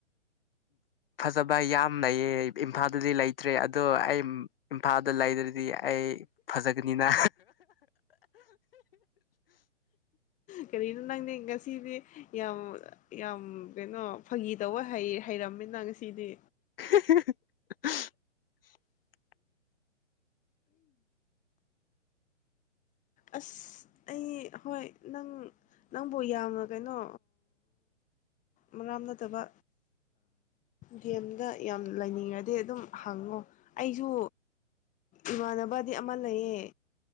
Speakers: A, on the left; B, on the left.
A: ꯐꯖꯕ ꯌꯥꯝ ꯂꯩꯌꯦ ꯏꯝꯐꯥꯜꯗꯗꯤ ꯂꯩꯇ꯭ꯔꯦ ꯑꯗꯣ ꯑꯩ ꯏꯝꯐꯥꯜꯗ ꯂꯩꯗ꯭ꯔꯗꯤ ꯑꯩ ꯐꯖꯒꯅꯤꯅ
B: ꯀꯔꯤꯅꯣ ꯅꯪꯅꯦ ꯉꯁꯤꯗꯤ ꯌꯥꯝ ꯌꯥꯝ ꯀꯩꯅꯣ ꯐꯥꯒꯤ ꯇꯧꯕ ꯍꯩꯔꯝꯃꯤꯅ ꯉꯁꯤꯗꯤ
A: <inaudible>
B: ꯑꯁ ꯑꯩ ꯍꯣꯏ ꯅꯪ ꯅꯪꯕꯨ ꯌꯥꯝꯅ ꯀꯩꯅꯣ ꯃꯔꯥꯝ ꯅꯠꯇꯕ ꯒꯦꯝꯗ ꯌꯥꯝ ꯂꯩꯅꯤꯡꯉꯗꯤ ꯑꯗꯨꯝ ꯍꯪꯉꯣ ꯑꯩꯁꯨ ꯏꯃꯥꯟꯅꯕꯗꯤ ꯑꯃ ꯂꯩꯌꯦ